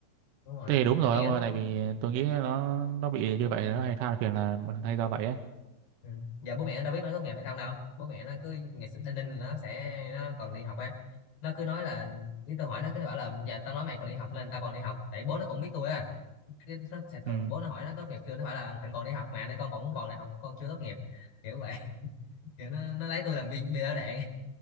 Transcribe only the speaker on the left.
đúng rồi
giờ
mẹ
bố
Ừ. giờ bố mẹ nó đâu biết nó tốt nghiệp hay không đâu bố mẹ nó cứ ngày sinh đinh ninh là nó sẽ nó còn đi học á nó cứ nói là cái tôi hỏi nó cứ nó bảo là giờ tao nói mày còn đi học nên tao còn đi học tại bố nó cũng biết tôi á cái nó sẽ thường
bố nó hỏi nó tốt nghiệp chưa nó phải là thằng còn đi học mà nên con cũng còn đi học con chưa tốt nghiệp kiểu vậy <laughs> kiểu nó nó lấy tôi làm bi bi đỡ đạn